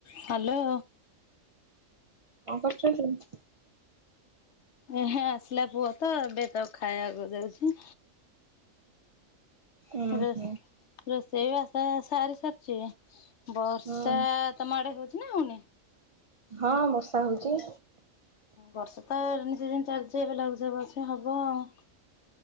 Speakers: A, on the left; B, on the right.
A: Hello.
B: କଣ କରୁଚନ୍ତି?
A: ଏହେ ଆସିଲା ପୁଅ ତ, ଏବେ ତାକୁ ଖାଇବାକୁ ଦଉଛି।
B: ଉଁ
A: ରୋଷ
B: ହୁଁ
A: ରୋଷେଇ ବାସ ସାରି ସାରିଛି। ବର୍ଷା
B: ହୁଁ
A: ତମ ଆଡେ ହଉଛି ନା, ହଉନି?
B: ହଁ, ବର୍ଷା ହଉଛି।
A: ବର୍ଷା ତ, ରେନି ସିଜିନ ଚାଲିଛି। ଏବେ ଲଘୁଚାପ ଅଛି, ହବ ଆଉ।